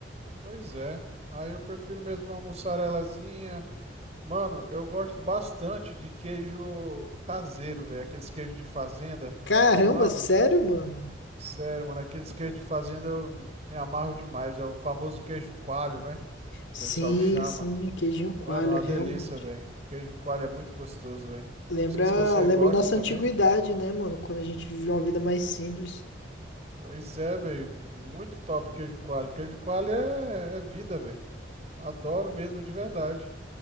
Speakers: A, on the right; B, on the left.
A: Pois é, aí eu prefiro mesmo uma mussarelazinha, Mano, eu gosto bastante de queijo caseiro, velho. Aqueles queijos de fazenda.
B: Caramba,
A: Mano,
B: sério, mano?
A: sério, mano, aqueles queijos de fazenda eu me amarro demais. É o famoso queijo coalho, né? Que
B: Sim,
A: o pessoal chama.
B: sim, queijinho coalho,
A: Mano, é uma
B: realmente.
A: delícia, velho. Queijo coalho é muito gostoso, velho.
B: Lembra,
A: Não sei se você
B: lembra
A: gosta
B: a nossa
A: também.
B: antiguidade, né, mano? Quando a gente vivia uma vida mais simples.
A: Pois é, velho. Muito top queijo coalho. Queijo coalho é, é vida, velho. Adoro mesmo de verdade.